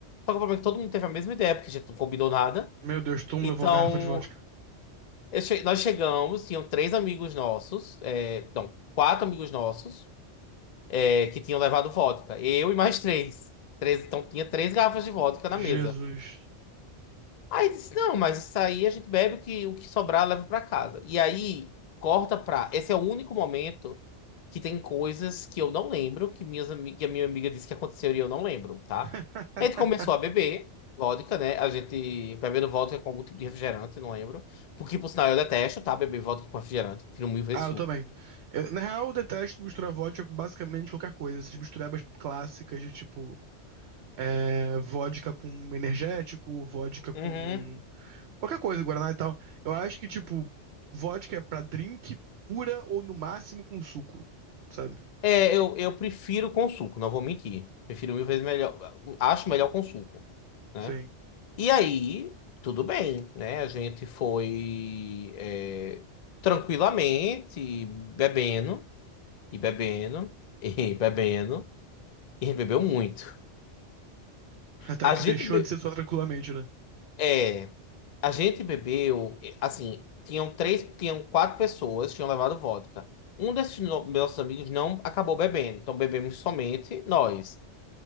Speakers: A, on the left (about 55°); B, on the right (about 70°).
A: Só que o problema é que todo mundo teve a mesma ideia, porque a gente não combinou nada.
B: Meu Deus, tu me
A: Então,
B: levou uma garrafa de vodka.
A: eu che- nós chegamos, tinham três amigos nossos, é, não, quatro amigos nossos, é, que tinham levado vodka. Eu e mais três. Três, então tinha três garrafas de vodka na mesa.
B: Jesus.
A: Aí disse, não, mas isso aí a gente bebe o que, o que sobrar leva pra casa. E aí corta pra. Esse é o único momento que tem coisas que eu não lembro, que, minhas, ami- que a minha amiga disse que aconteceu e eu não lembro, tá?
B: <laughs>
A: A gente começou a beber vodka, né? A gente bebendo vodka com algum tipo de refrigerante, não lembro. Porque, por sinal, eu detesto, tá? Beber vodka com refrigerante. Prefiro mil vezes
B: Ah, eu
A: suco.
B: também. Eu, na real, eu detesto misturar vodka com basicamente qualquer coisa. Essas misturebas clássicas de tipo, é, vodka com energético, vodka com
A: Uhum.
B: Qualquer coisa, Guaraná e tal. Eu acho que, tipo, vodka é pra drink pura ou no máximo com suco, sabe?
A: É, eu, eu prefiro com suco, não vou mentir. Prefiro mil vezes melhor. Acho melhor com suco, né?
B: Sim.
A: E aí, tudo bem, né? A gente foi é, tranquilamente bebendo e bebendo <laughs> e bebendo e bebeu muito.
B: Até
A: A
B: que
A: gente
B: deixou
A: be-
B: de ser só tranquilamente, né?
A: é, a gente bebeu é, assim, tinham três, tinham quatro pessoas que tinham levado vodka. Um desses no- nossos amigos não acabou bebendo, então bebemos somente nós.